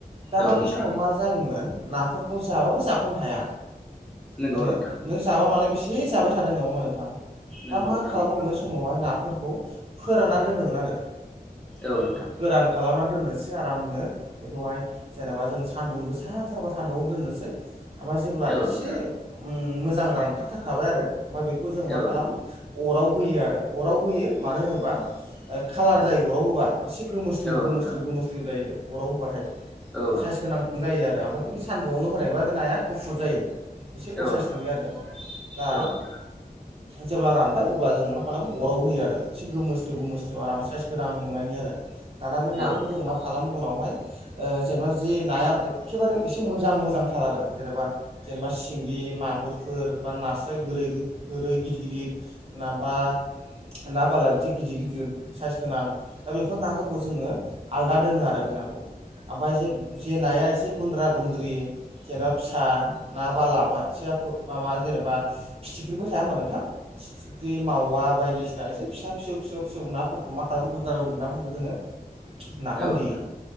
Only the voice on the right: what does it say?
दाना
बे
समाव मा जायोमोन नाफोरखौ जाबाबो जाख'नो हाया।
नोङो
नों जाबा मालाय बेसे जाबाय थानो नङा होमबा नोंथां।
दा मा
खालामो
बै समावहाय ना फोरखौ फोराननान दोनोमोन आरो
गोरान खालामना दोननोसै आरामनो बेखौहाय जेनेबा जों सान्दुं गोसाथारबा सान्दुंआव दोननोसै ओमफाय जेब्ला
एसे
उम मोजां रानखाथारखाबाय आरो ओमफाय बेखौ जों मा
खालामो अराव होयो आरो अराव होयो मानो होनोबा ओ खालार जायो अराव होबा एसे गोमोस्लिउ
गोमोस्लिउ
गोमोस्लिउ जायो। अराव होबाथाय
साइस गोनां जायो आरो ओमफाय खिन्थु सान्दुुङाल' होनायबा बे नाया गुफुर जायो एसे
असाइस
नुयो आरो दा
जेब्ला रानबाय अब्ला जों मा खालामो अराव होयो आरो एसे गोमोस्लिव गोमोस्लिव आराम साइस गोनां नुनायनि आरो दाना बे नाखौ
जों मा खालामो उनावहाय ओ जेनेबा जि नाया एखेबारे एसे मोजां मोजांथार आरो जेनेबा जेनेबा सिंगि माग गुरफोर बा नास्राय गोरै गो गोरै गिदिर गिदिर नाबा ना बालाय बाथिया गिदिर गिदिर साइस गोनां दा बेफोर नाफोरखौ जोङो आलदा दोनो आरो बे नाखौ ओमफाय जे जे नाया एसे गुन्द्रा गुन्द्रि जेनबा फिसा ना बालाबाथिया फो माबा जेनेबा फिथिख्रिबो था थाया होमबा नोंथां फिथिख्रि मावा बायदिसिनासै फिसा फिसौ फिसौ फिसौ नाफोरखौ मा खालामो गुन्द्रा गुन्द्रि नाफोरखौ जोङो नाफाम
देयो